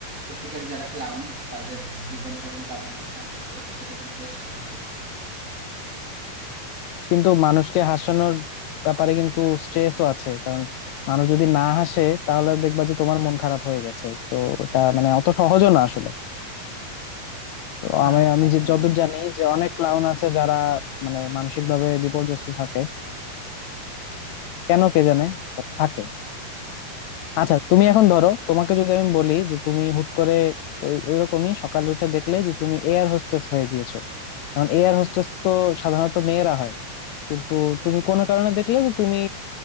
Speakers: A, on the right; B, on the left.
A: সত্যিকারী যারা ক্লাউন তাদের জীবনটা কিন্তু আমার মনে হয় যে তাদের পেশাটা কিন্তু বেশ ইন্টারেস্টিং
B: কিন্তু মানুষকে হাসানোর ব্যাপারে কিন্তু স্ট্রেসও আছে কারণ মানুষ যদি না হাসে তাহলে দেখবা যে তোমার মন খারাপ হয়ে গেছে তো এটা মানে অত সহজও না আসলে তো
A: না
B: আমি আমি
A: তা
B: যে
A: তো
B: যতদূর
A: অবশ্যই
B: জানি
A: না
B: যে অনেক ক্লাউন আছে যারা মানে মানসিক ভাবে বিপর্যস্ত থাকে কেন কে জানে থাকে আচ্ছা তুমি এখন ধরো তোমাকে যদি আমি বলি যে তুমি হুট করে ওই ওইরকমই সকালে উঠে দেখলে যে তুমি এয়ার হোস্টেস হয়ে গিয়েছো কারণ এয়ার হোস্টেস তো সাধারণত মেয়েরা হয় কিন্তু তুমি কোনো কারণে দেখলে যে তুমি